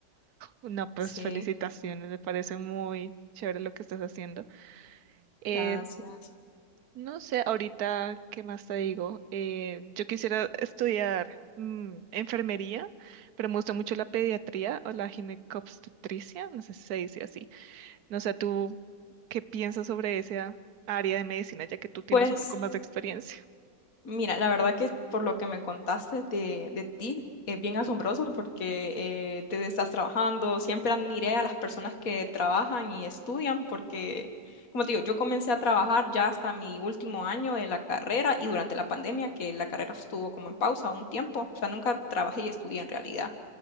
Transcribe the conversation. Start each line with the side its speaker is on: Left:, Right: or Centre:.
Right: No, pues
Left: Sí,
Right: felicitaciones, me parece muy chévere lo que estás haciendo. Eh,
Left: gracias.
Right: no sé, ahorita, ¿qué más te digo? Eh, yo quisiera estudiar mm, enfermería, pero me gusta mucho la pediatría o la ginecobstetricia, no sé si se dice así. No sé, ¿tú ¿Qué piensas sobre esa área de medicina, ya que tú tienes
Left: Pues
Right: un poco más de experiencia?
Left: mira, la verdad que por lo que me contaste de, de ti es bien asombroso porque eh, te estás trabajando. Siempre admiré a las personas que trabajan y estudian porque, como te digo, yo comencé a trabajar ya hasta mi último año de la carrera y durante la pandemia, que la carrera estuvo como en pausa un tiempo. O sea, nunca trabajé y estudié en realidad.